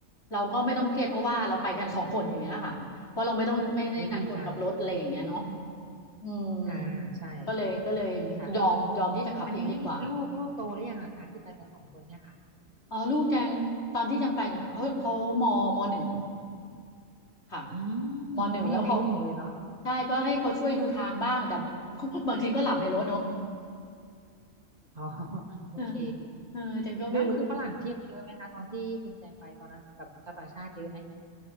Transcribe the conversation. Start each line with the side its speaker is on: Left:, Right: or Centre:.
Left: เราก็ไม่ต้องเครียดเพราะว่าเราไปกันสองคนอย่างเงี้ยค่ะเพราะเราไม่ต้องไม่ได้นัดคนขับรถอะไรอย่างเงี้ยเนาะ
Right: โอ้ยดีจัง
Left: อืม
Right: ค่ะใช่
Left: ก็เลยก็เลยยอมยอมที่จะขับเองดีกว่า
Right: ดีค่ะอันนี้ลูกลูกโตหรือยังอะคะที่ไปกันสองคนเนี่ยค่ะ
Left: อ๋อลูกแจงตอนที่แจงไปเนี่ยเขาเขามมหนึ่งค่ะ
Right: อืมน้องยังวัยรุ่นอยู่เลยเนาะ
Left: มหนึ่งแล้วเขาใช่ก็ให้เขาช่วยดูทางบ้างแต่ <laughs> บางทีก็หลับในรถเนาะ
Right: อ๋อโอเค
Left: เออเออแจงก็ไม่รู้
Right: แล้วคือฝรั่งเที่ยวเยอะไหมคะตอนที่คุณแจงไปตอนนั้นแบบชาวต่างชาติเยอะไหม